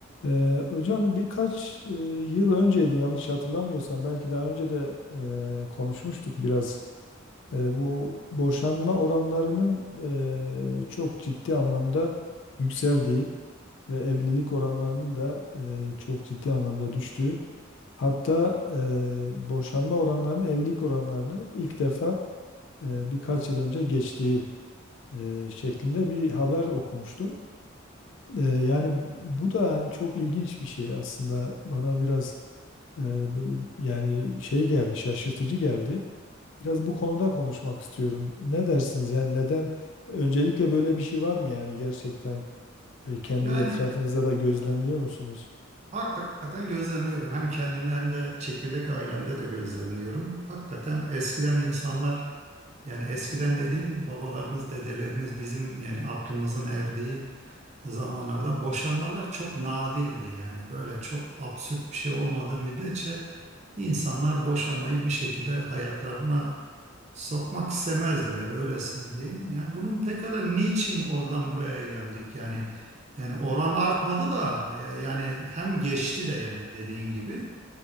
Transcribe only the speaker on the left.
Ee, hocam birkaç e, yıl önceydi yanlış hatırlamıyorsam belki daha önce de e, konuşmuştuk biraz. E, bu boşanma oranlarının e, çok ciddi anlamda yükseldiği ve evlilik oranlarının da e, çok ciddi anlamda düştüğü. Hatta e, boşanma oranlarının evlilik oranlarını ilk defa e, birkaç yıl önce geçtiği e, şeklinde bir haber okumuştum. E, yani bu da hani çok ilginç bir şey aslında bana biraz ee, bö- Yani şey geldi, şaşırtıcı geldi. Biraz bu konuda konuşmak istiyorum. Ne dersiniz? Yani neden öncelikle böyle bir şey var mı? Yani gerçekten e, kendi
etrafınıza da gözlemliyor musunuz?